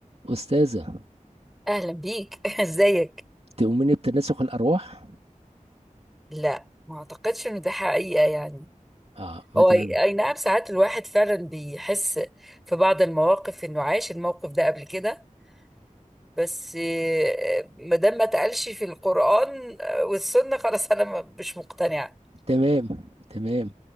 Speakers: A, on the right; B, in the centre.
A: أستاذة
B: اهلا بيك <laughs> ازيك
A: تؤمني بتناسخ الأرواح؟
B: لا ما اعتقدش ان ده حقيقة يعني
A: آه ما
B: هو
A: تع-
B: اي أي نعم ساعات الواحد فعلا بيحس في بعض المواقف انه عاش الموقف ده قبل كده بس آه، ما دام ما اتقالش في القرآن آه، والسنة خلاص انا ما- مش مقتنعة
A: تمام تمام